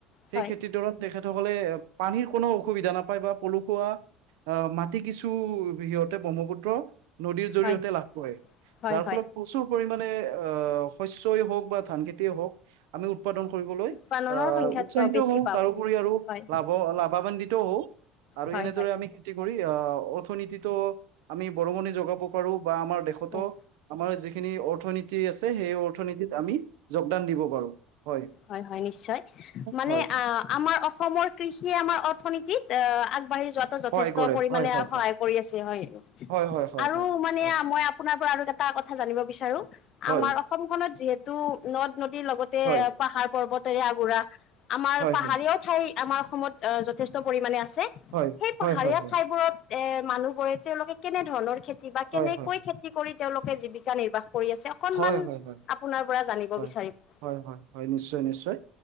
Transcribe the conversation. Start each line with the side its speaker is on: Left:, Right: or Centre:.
Left: হয়
Right: সেই খেতিডৰাত তেখেতসকলে পানীৰ কোনো অসুবিধা নাপায়, বা পলসুৱা মাটি কিছু‌ সিহঁতে ব্ৰহ্মপুত্ৰ নদীৰ জৰিয়তে
Left: হয় হয়
Right: লাভ কৰে,
Left: হয়
Right: যাৰ
Left: হয়
Right: ফলত প্ৰচুৰ পৰিমাণে শস্যই হওঁক বা ধান খেতিয়ে হওঁক আমি উৎপাদন কৰিবলৈ
Left: উৎপাদনৰ
Right: অ',
Left: সংখ্যাত
Right: উৎসাহিত
Left: বেছি
Right: হওঁ।
Left: পাওঁ
Right: তাৰোপৰি আৰু
Left: হয়
Right: লাভ অ', লাভান্বিতও হওঁ আৰু
Left: হয়
Right: এনেদৰে
Left: হয়
Right: আমি কৰি অ', অৰ্থনীতিটো আমি বৰঙণি জোগাব পাৰোঁ, বা আমাৰ দেশতো
Left: হয়
Right: আমাৰ যিখিনি অৰ্থনীতি আছে, সেই অৰ্থনীতিত আমি যোগদান দিব পাৰোঁ, হয়।
Left: হয় হয়, নিশ্চয়। মানে
Right: হয়
Left: অ' আমাৰ অসমৰ কৃষিয়ে আমাৰ অৰ্থনীতিত আগবাঢ়ি যোৱাত যথেষ্ট
Right: সহায় কৰে
Left: পৰিমাণে
Right: হয় হয়
Left: সহায়
Right: হয়।
Left: কৰি আছে হয়,
Right: হয় হয় হয়
Left: আৰু
Right: হয়
Left: মানে
Right: হয়
Left: মই আপোনাৰ পৰা আৰু এটা কথা জানিব বিচাৰোঁ।
Right: হয়
Left: আমাৰ অসমখনত যিহেতু নদ-নদীৰ লগতে
Right: হয়
Left: পাহাৰ-পৰ্বতেৰে আগুৰা, আমাৰ
Right: হয়
Left: পাহাৰীয়াও
Right: হয়
Left: ঠাই আমাৰ অসমত আহ্ যথেষ্ট পৰিমাণে আছে।
Right: হয়
Left: সেই পাহাৰীয়া
Right: হয় হয়
Left: ঠাইবোৰত অ' মানুহবোৰে তেওঁলোকে কেনে ধৰণৰ খেতি বা কেনেকৈ
Right: হয় হয় হয়
Left: খেতি খেতি কৰি তেওঁলোকে জীৱিকা নিৰ্বাহ কৰি আছে। অকনমান
Right: হয় হয় হয়।
Left: আপোনাৰ পৰা জানিব
Right: হয়
Left: বিচাৰিম।
Right: হয় হয় হয়, নিশ্চয় নিশ্চয়।